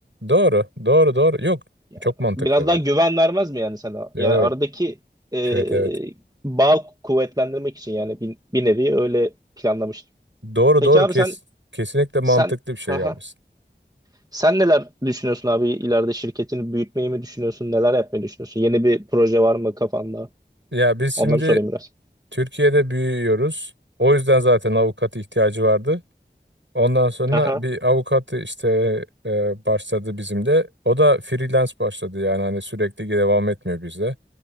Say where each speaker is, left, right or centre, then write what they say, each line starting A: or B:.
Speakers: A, on the right; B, on the right.
A: Doğru, doğru, doğru. Yok,
B: Ya,
A: çok mantıklı
B: biraz
A: bak.
B: daha güven vermez mi yani sana?
A: Yok,
B: Yani aradaki e,
A: evet, evet.
B: bağ kuvvetlendirmek için yani bir, bir nevi öyle planlamıştım.
A: Doğru,
B: Peki
A: doğru.
B: abi
A: Kes,
B: sen
A: kesinlikle mantıklı
B: sen
A: bir şey
B: haha.
A: yapmışsın.
B: sen neler düşünüyorsun abi ileride şirketini büyütmeyi mi düşünüyorsun? Neler yapmayı düşünüyorsun? Yeni bir proje var mı kafanda?
A: Ya biz şimdi
B: Onları sorayım biraz.
A: Türkiye'de büyüyoruz. O yüzden zaten avukat ihtiyacı vardı. Ondan sonra
B: Aha,
A: bir avukat işte e, başladı bizim de. O da freelance başladı yani hani sürekli devam etmiyor bizde.